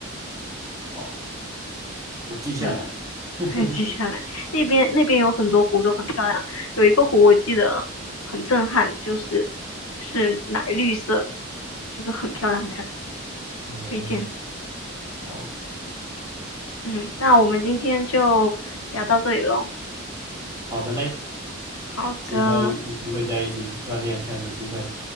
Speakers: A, on the right; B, on the left.
A: 好，我记下来。
B: 嗯，<laughs>
A: <laughs>
B: 还记下来，那边那边有很多湖都很漂亮，有一个湖我记得很震撼，就是是奶绿色的，就是很漂亮，很漂亮，
A: 哦，
B: 推荐。
A: 好
B: 嗯，那我们今天就聊到这里喽。
A: 好的嘞，
B: 好的。
A: 之后有机会在一起锻炼，看有没有机会。